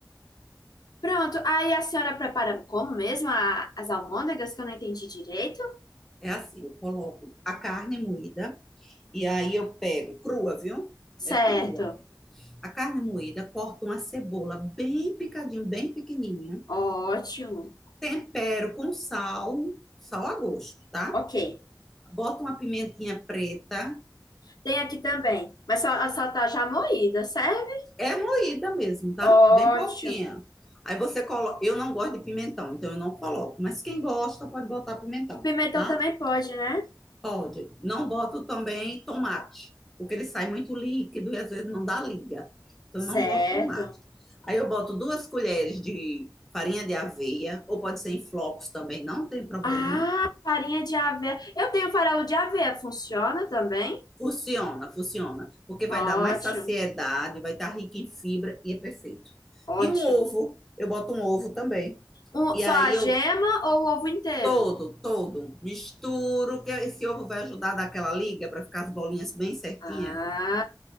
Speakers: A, on the left (about 65°); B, in the centre.
A: Pronto, aí a senhora prepara como mesmo a- as almôndegas que eu não entendi direito?
B: É assim, eu coloco a carne moída, e aí eu pego crua, viu? É
A: Certo,
B: crua. a carne moída, corto uma cebola bem picadinho, bem pequenininha,
A: ótimo.
B: tempero com sal, sal a gosto, tá?
A: Ok.
B: Bota uma pimentinha preta,
A: Tem aqui também, mas só, só tá já moída, serve?
B: é moída mesmo, tá?
A: Ótimo.
B: Bem pouquinha. Aí você coloca, eu não gosto de pimentão, então eu não coloco, mas quem gosta pode botar pimentão,
A: Pimentão
B: tá?
A: também pode, né?
B: Pode. Não boto também tomate, porque ele sai muito líquido e às vezes não dá liga. Então,
A: Certo.
B: eu não boto tomate. Aí eu boto duas colheres de farinha de aveia, ou pode ser em flocos também, não tem problema.
A: Ah, farinha de aveia. Eu tenho farelo de aveia, funciona também?
B: Funciona, funciona, porque vai
A: Ótimo,
B: dar mais saciedade, vai estar rica em fibra e é perfeito.
A: ótimo.
B: E um ovo, eu boto um ovo também.
A: Um-
B: E
A: só
B: aí
A: a gema
B: eu
A: ou o ovo inteiro?
B: todo, todo misturo, que esse ovo vai ajudar a dar aquela liga para ficar as bolinhas bem certinhas.
A: Ah.